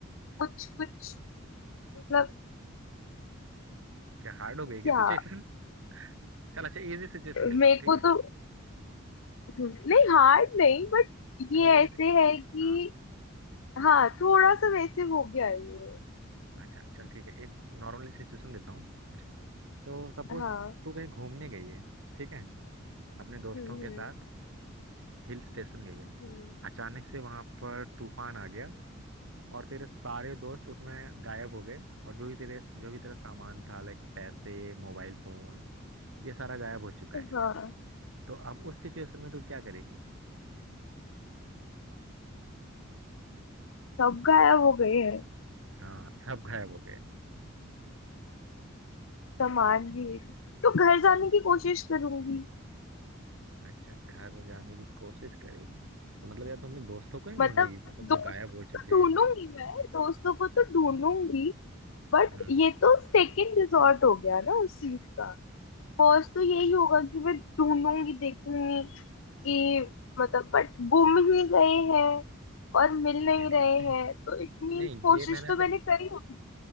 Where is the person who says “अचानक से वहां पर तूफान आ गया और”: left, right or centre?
Right